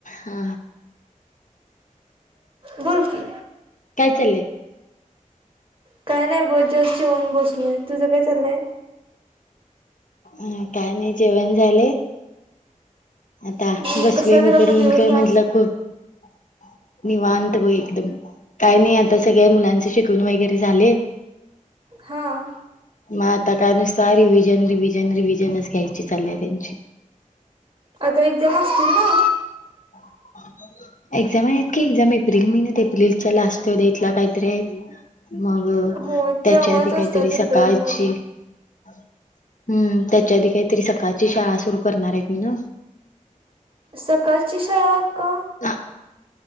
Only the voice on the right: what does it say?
बोलकी.
काय नाय बग जस्ट जेवून बसलोय, तुझं काय चालय?
हम्म
कसा गेला
मग दिवस
आज
हां.
आता एक्झाम असतील ना.
हो
तेव्हाच
असतात एप्रिलमध्ये
सकाळची शाळा का?